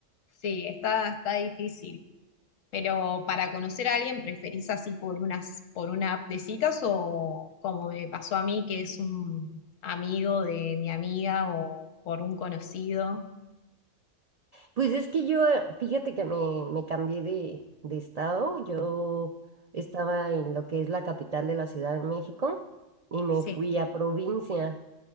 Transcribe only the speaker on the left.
sí, está, está difícil. Pero para conocer a alguien, ¿preferís así por unas, por una app de citas o como me pasó a mí, que es un amigo de mi amiga o por un conocido?
Sí,